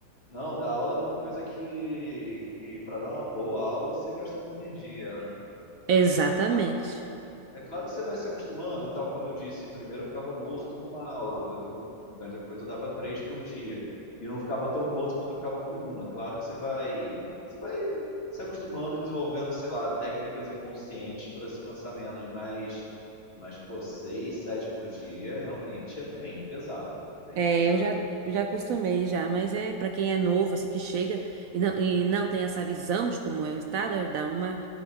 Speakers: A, on the left; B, on the right.
A: não, dar aula é uma coisa que, que para dar uma boa aula, você gasta muita energia, né?
B: Exatamente.
A: É, É claro que você vai se acostumando e tal, como eu disse, primeiro eu ficava morto com uma aula, depois eu, com- mas depois eu dava três por dia. E não ficava tão morto quanto eu ficava com uma. Claro que você vai, você vai se acostumando e desenvolvendo, sei lá, técnicas inconscientes para se cansar menos, mas, mas pô, seis, sete por dia realmente é bem pesado, bem
B: É,
A: pesado.
B: eu já, já acostumei já, mas é para quem é novo, assim, que chega e não, e não tem essa visão de como é o estado, é, dá uma,